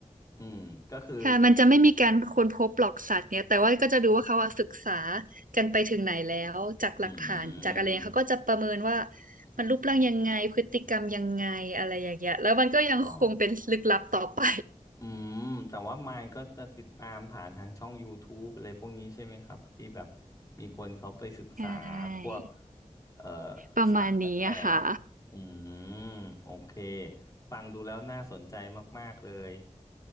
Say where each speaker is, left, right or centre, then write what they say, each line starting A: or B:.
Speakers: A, on the left (about 25°); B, on the right (about 80°).
A: อืม ก็คือ
B: ค่ะมันจะไม่มีการค้นพบหรอกสัตว์เนี่ยแต่ว่าก็จะดูว่าเขาอะศึกษากันไปถึงไหนแล้วจากหลักฐานจากอะไรเขาก็จะประเมินว่า
A: อืม
B: มันรูปร่างยังไงพฤติกรรมยังไงอะไรอย่างเงี้ยแล้วมันก็ยังคงเป็นลึกลับต่อไป
A: อ๋ออืมแต่ว่ามายก็จะติดตามฐานทางช่อง YouTube อะไรพวกนี้ใช่ไหมครับที่แบบมีคนเขาไปศึกษาพวก
B: ใช่
A: เอ่อ
B: ประมาณนี้อะค่ะ
A: สัตว์แปลกๆอืมโอเคฟังดูแล้วน่าสนใจมากๆเลย